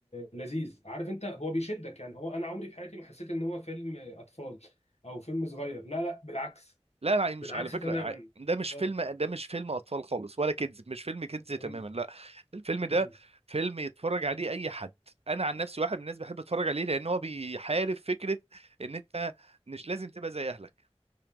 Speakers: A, on the left (about 75°); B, on the right (about 65°).
A: لذيذ عارف انت هو بيشدك يعني هو انا عمري في حياتي ما حسيت ان هو فيلم اطفال او فيلم صغير لا لا بالعكس
B: لا لا مش
A: بالعكس
B: على فكرة
A: تماما
B: ع- ده مش
A: اه
B: فيلم ده مش فيلم أطفال خالص ولا كيدز مش فيلم كيدز تماما
A: أمم،
B: لا الفيلم ده
A: أمم.
B: فيلم يتفرج عليه أي حد أنا عن نفسي واحد من الناس بحب أتفرج عليه لأن هو بيحارب فكرة إن أنت مش لازم تبقى زي أهلك